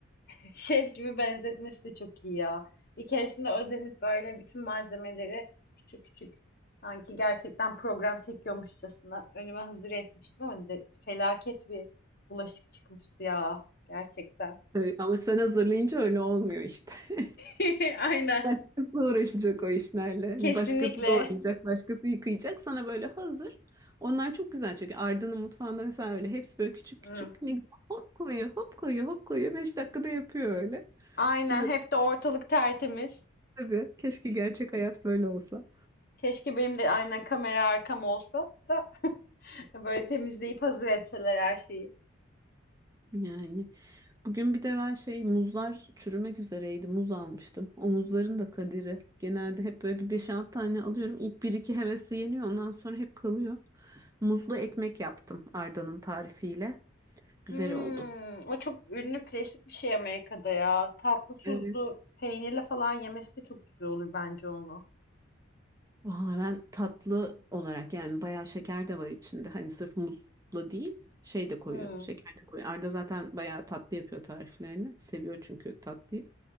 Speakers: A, on the left; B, on the right.
A: <laughs> Şef gibi benzetmesi de çok iyi ya. Bir keresinde özenip böyle bütün malzemeleri küçük küçük sanki gerçekten program çekiyormuşçasına önüme hazır etmiştim ama de, felaket bir bulaşık çıkmıştı ya gerçekten.
B: Evet, ama sen hazırlayınca öyle olmuyor işte. <laughs>
A: <laughs> Aynen.
B: Başkası uğraşacak o işlerle.
A: Kesinlikle.
B: Başkası doğrayacak, başkası yıkayacak. Sana böyle hazır. Onlar çok güzel çünkü Arda'nın mutfağında mesela öyle hepsi böyle küçük
A: Hı.
B: küçük. Ne güzel. Hop koyuyor, hop koyuyor, hop koyuyor. Beş dakikada yapıyor öyle.
A: Aynen
B: Diyorum
A: hep de ortalık tertemiz.
B: tabii. Keşke gerçek hayat böyle olsa.
A: Keşke benim de aynen kamera arkam olsa da <laughs> böyle temizleyip hazır etseler her şeyi.
B: Yani bugün bir de ben şey muzlar çürümek üzereydi. Muz almıştım. O muzların da kaderi. Genelde hep böyle bir beş 6 tane alıyorum. İlk bir iki hevesi yeniyor. Ondan sonra hep kalıyor. Muzlu ekmek yaptım Arda'nın tarifiyle. Güzel
A: Hmm,
B: oldu.
A: o çok ünlü klasik bir şey Amerika'da ya. Tatlı tuzlu
B: Evet.
A: peynirle falan yemesi de çok güzel olur bence onu.
B: Vallahi ben tatlı olarak yani bayağı şeker de var içinde. Hani sırf muzla değil şey de koyuyor.
A: Hmm,
B: Şeker de koyuyor. Arda zaten bayağı tatlı yapıyor tariflerini. Seviyor çünkü tatlıyı.